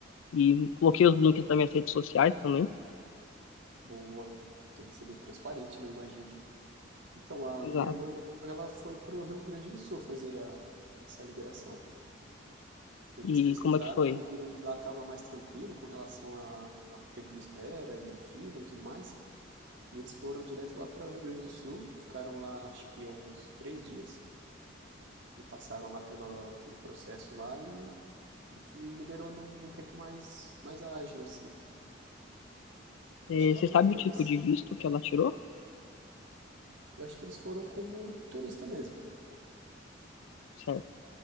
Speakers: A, on the left (about 85°); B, on the right (about 70°).
A: E coloquei os links das minhas redes sociais também.
B: boa. Tem que ser bem transparente, não imagino. Então, a
A: Exato.
B: minha irmã, na época, ela foi pro Rio Grande do Sul fazer a, essa liberação. Eles
A: E
B: pesquisaram
A: como é que foi?
B: e viram que lá estava mais tranquilo com relação a a tempo de espera e fila e tudo mais. E eles foram direto lá para o Rio Grande do Sul, ficaram lá acho que uns três dias, e passaram lá pela, pelo processo lá e, e foi- liberou num, num tempo mais, mais ágil, assim.
A: É,
B: Eu achei bacana,
A: Você sabe
B: talvez.
A: o tipo de visto que ela tirou?
B: Eu acho que eles foram como turista mesmo.
A: Certo,